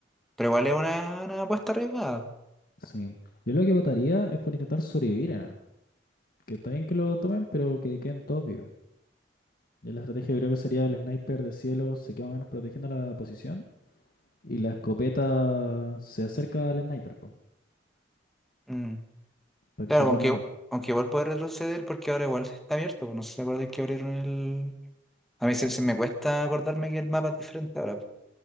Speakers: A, in the centre; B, on the left.
A: Pero igual es una, una apuesta arriesgada.
B: Sí. Yo lo que votaría es por intentar sobrevivir en A. Que está bien que lo tomen, pero que queden todos vivos. Yo la estrategia creo que sería el sniper de cielo se queda más o menos protegiendo la posición y la escopeta se acerca al sniper, po,
A: Mm.
B: para
A: Claro,
B: que se pueda...
A: aunque, aunque igual puede retroceder porque ahora igual está abierto. pues, No sé si se acuerdan que abrieron el... A mí se, se me cuesta acordarme que el mapa es diferente ahora.